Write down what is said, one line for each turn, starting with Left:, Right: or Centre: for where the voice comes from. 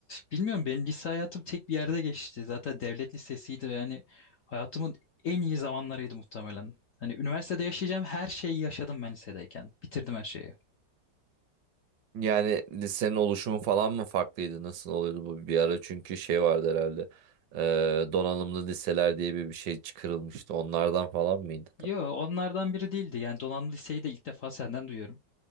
Left: bilmiyorum benim lise hayatım tek bir yerde geçti. Zaten devlet lisesiydi ve yani hayatımın en iyi zamanlarıydı muhtemelen. Hani üniversitede yaşayacağım her şeyi yaşadım ben lisedeyken. Bitirdim her şeyi.
Right: Yani lisenin oluşumu falan mı farklıydı? Nasıl oluyordu bu bir ara? Çünkü şey vardı herhalde. Eee, donanımlı liseler diye bir, bir şey çıkarılmıştı. Onlardan falan mıydı
Left: Yo
Right: da?
Left: onlardan biri değildi. Yani donanımlı liseyi de ilk defa senden duyuyorum.